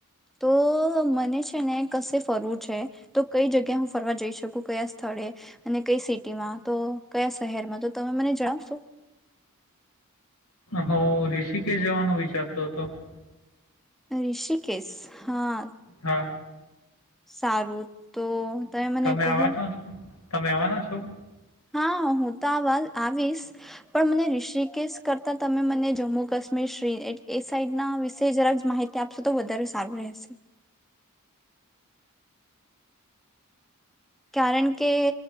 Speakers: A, in the centre; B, on the left.
A: તો મને છે ને કશે ફરવું છે તો કઈ જગ્યા હું ફરવા જઈ શકું કયા સ્થળે અને કઈ સિટીમાં તો કયા શહેરમાં તો તમે મને જણાવશો
B: હું ઋષિકેશ જવાનું વિચારતો હતો ત
A: ઋષિકેશ હા
B: હા
A: સારું તો મને
B: તમે
A: કહો
B: અવાના છો તમે આવવાના છો
A: હા હું તો આ વા આવીશ પણ મને ઋષિકેશ કરતા તમે મને જમ્મુ કાશ્મીર શ્રી એ સાઈડના વિશે જરાક માહિતી આપશો તો વધારે સારું રહેશે કારણ કે